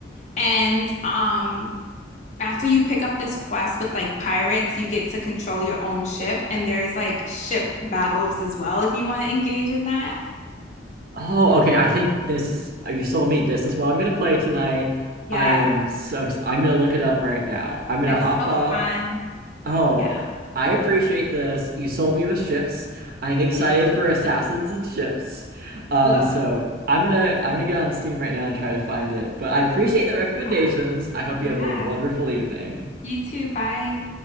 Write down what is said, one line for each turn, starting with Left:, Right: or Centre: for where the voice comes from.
Left: And um, after you pick up this quest with like pirates, you get to control your own ship, and there's like ship battles as well if you want to engage in that.
Right: Oh, okay. I think this is, uh, you sold me. This is what I'm going to play tonight.
Left: Yeah,
Right: I am so, ex- I'm going to look it up right now. I'm going
Left: it's
Right: to hop
Left: so
Right: off.
Left: fun.
Right: Oh,
Left: Yeah,
Right: I appreciate this. You sold me with ships. I'm excited
Left: <laughs>
Right: for Assassins and Ships. Um,
Left: love
Right: so
Left: it
Right: I'm gonna I'm gonna get on Steam right now and try to find it. But I appreciate the recommendations.
Left: a lot.
Right: I hope
Left: Yes,
Right: you have a wonderful evening.
Left: you too. Bye.